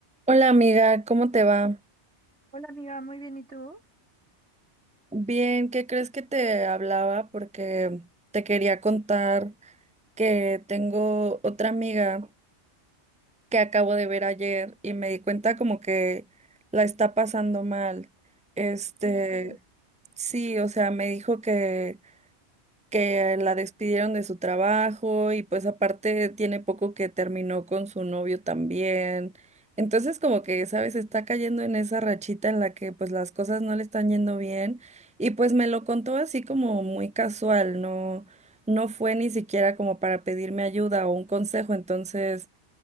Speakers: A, in the centre; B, on the right.
A: Hola amiga, ¿cómo te va?
B: Hola amiga, muy bien, ¿y tú?
A: Bien, ¿qué crees que te hablaba? Porque te quería contar que tengo otra amiga que acabo de ver ayer y me di cuenta como que la está pasando mal. Este,
B: ¿Cómo crees?
A: sí, o sea, me dijo que que la despidieron de su trabajo y pues aparte tiene poco que terminó con su novio también. Entonces como que, sabes, está cayendo en esa rachita en la que pues las cosas no le están yendo bien y pues me lo contó así como muy casual, no, no fue ni siquiera como para pedirme ayuda o un consejo, entonces...